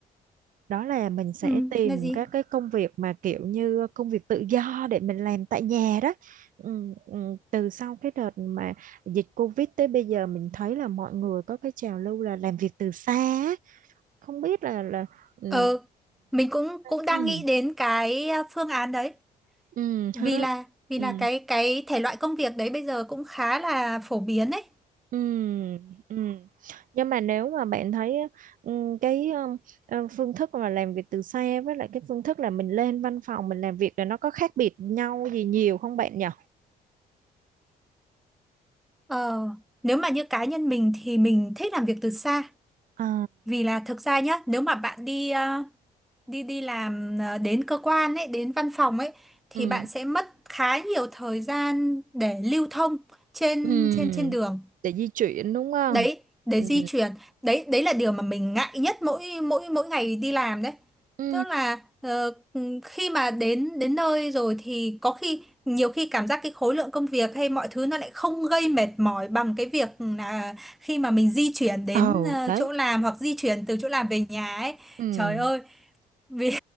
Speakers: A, on the right (about 65°); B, in the centre.
A: đó là mình sẽ
B: ừ
A: tìm
B: là gì
A: các cái công việc mà kiểu như công việc tự do để mình làm tại nhà đó ừ, ừ, từ sau cái đợt mà dịch Covid tới bây giờ mình thấy là mọi người có cái trào lưu là làm việc từ xa á. không biết là là ừ,
B: ừ mình cũng cũng
A: ừ,
B: đang nghĩ đến cái à, phương án đấy
A: ừ,
B: vì
A: hả?
B: là vì
A: ừ,
B: là cái cái thể loại công việc đấy bây giờ cũng khá là phổ biến ấy
A: ừ, ừ. nhưng mà nếu mà bạn thấy ừ, cái ừ, ờ, phương thức mà làm việc từ xa với lại cái phương thức là mình lên văn phòng mình làm việc là nó có khác biệt nhau gì nhiều không bạn nhỉ
B: ờ nếu mà như cá nhân mình thì mình thích làm việc từ xa
A: Ờ,
B: vì là thực ra nhá nếu mà bạn đi à, đi đi làm à, đến cơ quan ấy đến văn phòng ấy thì
A: ừ
B: bạn sẽ mất khá nhiều thời gian để lưu thông trên
A: ừ
B: trên trên đường
A: để di chuyển đúng không
B: đấy đấy
A: ừ
B: di truyền đấy đấy là điều mà mình ngại nhất mỗi mỗi mỗi ngày đi làm đấy
A: ừ
B: tức là ờ, khi mà đến đến nơi rồi thì có khi nhiều khi cảm giác cái khối lượng công việc hay mọi thứ nó lại không gây mệt mỏi bằng cái việc là khi mà mình di chuyển đến
A: ồ,
B: ờ,
A: đấy.
B: chỗ làm hoặc di chuyển từ chỗ làm về nhà ấy
A: ừ
B: trời ơi vì